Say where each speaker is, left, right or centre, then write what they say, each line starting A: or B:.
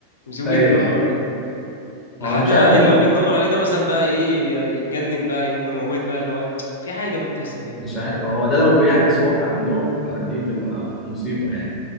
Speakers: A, on the left; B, on the left.
A: يمسكوا
B: ايوه
A: يتنمر عليه. لحد
B: ما هو مش
A: بقى
B: عارف هم
A: اللي هو بيتنمر عليه ده مثلا بقى ايه يتجنن بقى يقوم مموت بقى اللي هو في حاجه بقى بتحصل يعني
B: مش عارف هو ده لو بيعكس واقع عندهم فدي تبقى مصيبة يعني